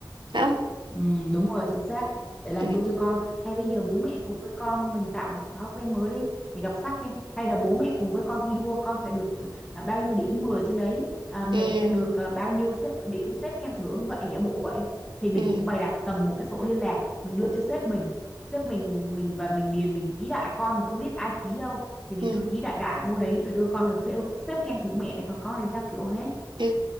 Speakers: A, on the right (about 80°); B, in the centre.
A: phải không
B: ừ, đúng rồi chính xác để làm
A: ừ
B: gương cho con hay bây giờ bố mẹ cùng với con mình tạo một thói quen mới đi mình đọc sách hay, hay là bố mẹ cùng với con thi đua con sẽ được à, bao nhiêu điểm 10 trên đấy à, mẹ
A: ừ
B: sẽ được à, bao nhiêu xếp, điểm xếp khen thưởng vậy giả bộ vậy thì mình
A: ừ
B: cũng bày đặt cầm một cái sổ liên lạc mình đưa cho sếp mình sếp mình mình và mình điền mình ký đại con mình không biết ai ký đâu thì mình
A: ừ
B: cứ ký đại đại vô đấy rồi đưa con rồi sếp, sếp khen thưởng mẹ này còn con thì sao kiểu hết
A: Ừ,